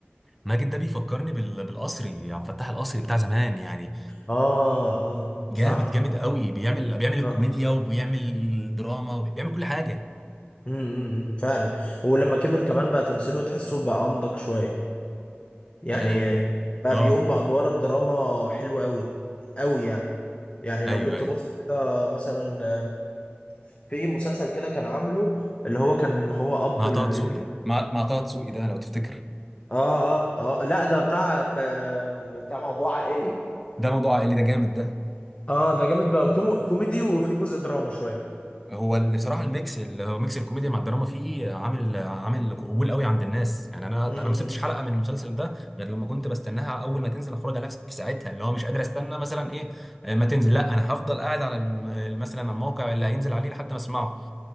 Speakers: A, in the centre; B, on the left.
A: ماجد ده بيفكرني بال- بالقصري عبد الفتاح القصري بتاع زمان يعني
B: اه اه
A: جامد
B: صح
A: جامد قوي بيعمل بيعمل
B: اه
A: الكوميديا وبيعمل الدراما وبيعمل كل حاجه
B: امم أمم، فعلا ولما كبر كمان بقى تمثيله تحسه بقى انضج شويه يعني
A: اه
B: بقى
A: اه
B: بيقوم بادوار الدراما حلوه قوي قوي يعني يعني
A: ايوه
B: لو جيت
A: ايوه
B: تبص كده مثلا آه، في مسلسل كده كان عامله اللي هو كان هو اب
A: مع
B: الابن
A: طه دسوقي مع مع طه دسوقي ده لو تفتكر
B: اه اه اه لا ده بتاع آه، بتاع موضوع عائلي
A: ده موضوع عائلي ده جامد ده
B: اه ده جامد بقى كومو- كوميدي وفي جزء دراما شويه
A: هو اللي بصراحه الميكس اللي هو ميكس الكوميديا مع الدراما فيه عامل عامل قبول قوي عند الناس يعني انا
B: مم.
A: انا ما سبتش حلقه من المسلسل ده غير لما كنت بستناها اول ما تنزل اتفرج عليها في ساعتها اللي هو مش قادر استنى مثلا ايه آه، ما تنزل لا انا هفضل قاعد على الم- مثلا الموقع اللي هينزل عليه لحد ما اسمعه